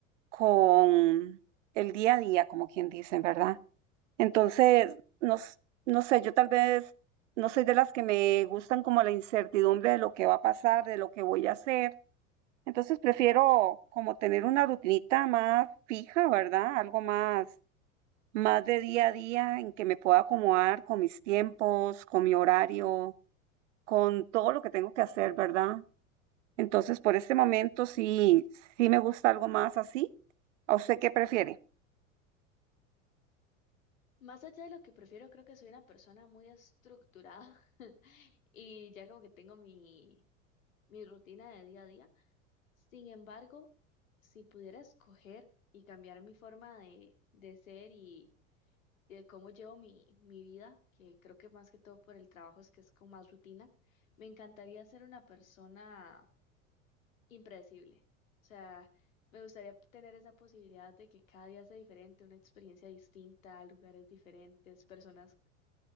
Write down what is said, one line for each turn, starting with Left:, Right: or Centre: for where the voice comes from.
Right: con el día a día, como quien dice, ¿verdad? Entonces, no, s- no sé, yo tal vez no soy de las que me gustan como la incertidumbre de lo que va a pasar, de lo que voy a hacer. Entonces prefiero como tener una rutinita más fija, ¿verdad? Algo más, más de día a día en que me pueda acomodar con mis tiempos, con mi horario, con todo lo que tengo que hacer, ¿verdad? Entonces, por este momento sí, sí me gusta algo más así. ¿A usted qué prefiere?
Left: Más allá de lo que prefiero, creo que soy una persona muy estructurada <laughs> y ya como que tengo mi, mi rutina de día a día. Sin embargo, si pudiera escoger y cambiar mi forma de, de ser y de cómo llevo mi, mi vida, que creo que más que todo por el trabajo es que es con más rutina, me encantaría ser una persona impredecible. O sea, me gustaría tener esa posibilidad de que cada día sea diferente, una experiencia distinta, lugares diferentes, personas,